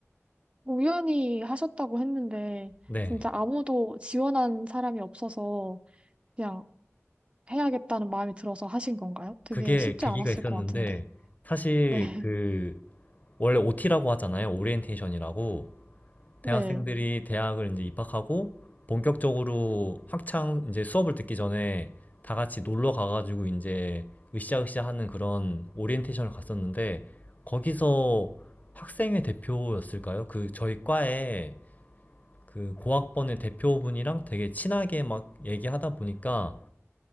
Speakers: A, on the right (about 25°); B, on the left (about 30°).
A: 우연히 하셨다고 했는데
B: 네.
A: 진짜 아무도 지원한 사람이 없어서 그냥 해야겠다는 마음이 들어서 하신 건가요? 되게
B: 그게
A: 쉽지
B: 계기가
A: 않았을
B: 있었는데
A: 것 같은데.
B: 사실
A: 네, <laughs>
B: 그 원래 OT라고 하잖아요. 오리엔테이션이라고. 대학생들이
A: 네.
B: 대학을 이제 입학하고 본격적으로 학창 이제 수업을 듣기 전에 다 같이 놀러 가가지고 이제 으쌰으쌰 하는 그런 오리엔테이션을 갔었는데 거기서 학생회 대표였을까요? 그 저희 과에 그 고학번의 대표분이랑 되게 친하게 막 얘기하다 보니까